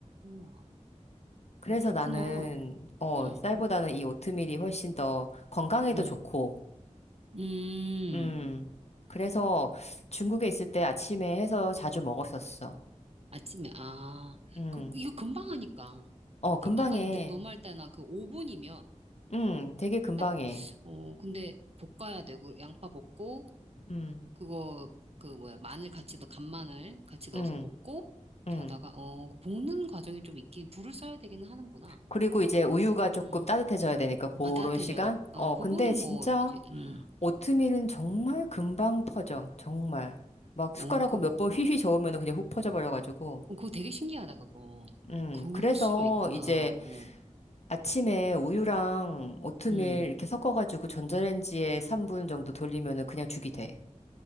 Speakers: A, on the right; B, on the left.
A: 어,
B: 그래서
A: 그렇구나.
B: 나는, 어,
A: 음,
B: 쌀보다는 이 오트밀이 훨씬 더 건강에도
A: 음,
B: 좋고,
A: 음.
B: 음. 그래서 중국에 있을 때 아침에 해서 자주 먹었었어.
A: 아침에, 아,
B: 음.
A: 그, 그 이거 금방 하니까.
B: 어,
A: 니,
B: 금방
A: 아까
B: 해.
A: 너 말 때나 그 오 분이면
B: 음, 되게 금방
A: 딱,
B: 해.
A: 어, 근데 볶아야 되고, 양파 볶고,
B: 음,
A: 그거 그 뭐야 마늘 같이 넣 간마늘 같이 넣어서
B: 음,
A: 볶고
B: 음.
A: 이렇게 하다가 어그 볶는 과정이 좀 있긴 불을 써야 되기는 하는구나.
B: 그리고 이제 우유가 조금
A: 음.
B: 따뜻해져야 되니까 그런
A: 아 따뜻해져야
B: 시간?
A: 돼.
B: 어,
A: 어 그거는
B: 근데 진짜
A: 뭐 이제 음.
B: 오트밀은 정말 금방 퍼져. 정말. 막
A: 어그
B: 숟가락으로 몇 번 휘휘 저으면 그냥 훅 퍼져버려가지고.
A: 그거 되게 신기하다 그거.
B: 음,
A: 그럴
B: 그래서
A: 수가 있구나.
B: 이제
A: 어.
B: 아침에 우유랑 오트밀
A: 음.
B: 이렇게 섞어가지고 전자레인지에 3분 정도 돌리면은 그냥 죽이 돼.